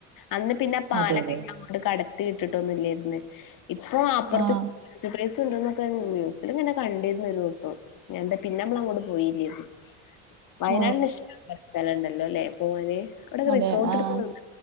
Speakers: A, on the left (about 55°); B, on the right (about 50°).
A: അന്ന് പിന്നെ പാലക്ക
B: അതെ അതെ
A: <unintelligible> അങ്ങോട് കടത്തി വിട്ടിട്ടൊന്നുല്ലാരുന്ന് ഇപ്പൊ അപ്പുറത്ത്
B: ആഹ്
A: സ്റ്റ് പ്രയ്സ് ഉണ്ടൊന്നൊക്കെ നൂസിലങ്ങനെ കണ്ടിരുന്നൊരുദൊസം എന്താ പിന്നെ നമ്മള് അങ്ങോട് പോയീല്ലായിരുന്നു വയനാടില്
B: ഓ
A: ഇഷ്ടം <unintelligible> സ്ഥലണ്ടല്ലോലേ പോവാന് അവിടെക്കെ
B: അതെ
A: റിസോർട്ട്
B: ആഹ്
A: എടുക്ക <unintelligible>